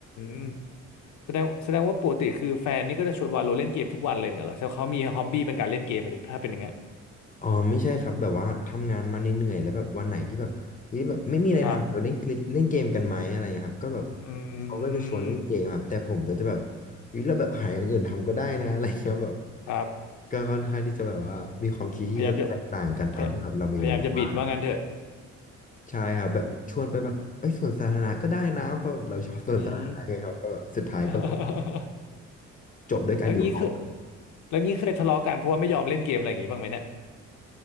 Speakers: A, on the left (about 75°); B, on the left (about 25°).
A: มแสดงแสดงว่าปกติคือแฟนนี่ก็จะชวนวาโลเล่นเกมทุกวันเลยเหรอแต่เขามีฮ็อบบี้เป็นการเล่นเกมอะดิถ้าเป็นอย่างเงี้ย
B: อ๋อไม่ใช่ครับแบบว่าทำงานมาเหนื่อยๆแล้วแบบวันไหนที่แบบเฮ้ยแบบไม่มีอะไรทำเราเล่นคลิกเล่นเกมกันไหมอะไรเงี้ยครับก็แบบ
A: ครับอื
B: เขาก็จะชวนเล่นเกมครับแต่ผมก็จะแบบ
A: ม
B: เฮ้ยเราแบบหาอย่างอื่นทำก็ได้นะอะไรเงี้ยแบบ
A: ครับ
B: ก็ค่อนข้างที่จะแบบว่ามีความคิดที่จะแตกต่างกันตอนที่แบบเรามีเวลาว่างครับ
A: พยายามจะ พยพยายามจะบิดว่างั้นเถอะ
B: ใช่ครับแบบชวนไปแบบไปสวนสาธารณะก็ได้นะเพราะเราชอบสวนสาธารณะไงครับก็แบบสุดท้ายก็แบบว่า
A: นี่ <laughs>
B: จบด้วยการอยู่ห้อง
A: แล้วงี้คือแล้วงี้เคยทะเลาะกันเพราะว่าไม่ยอมเล่นเกมอะไรอย่างงี้บ้างไหมเนี่ย